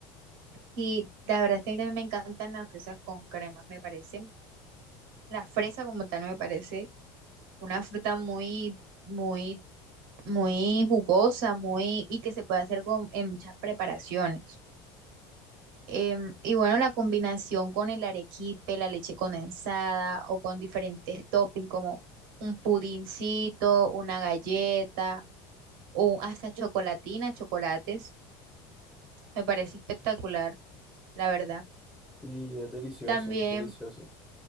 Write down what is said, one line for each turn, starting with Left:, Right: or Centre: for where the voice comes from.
Right: Y la verdad es que a mí también me encantan las fresas con cremas, me parecen. La fresa como tal me parece una fruta muy, muy, muy jugosa, muy, y que se puede hacer con, en muchas preparaciones. Em, y bueno, la combinación con el arequipe, la leche condensada o con diferentes toppings como un pudincito, una galleta o hasta chocolatina, chocolates, me parece espectacular, la verdad.
Centre: Y es delicioso,
Right: También,
Centre: es delicioso.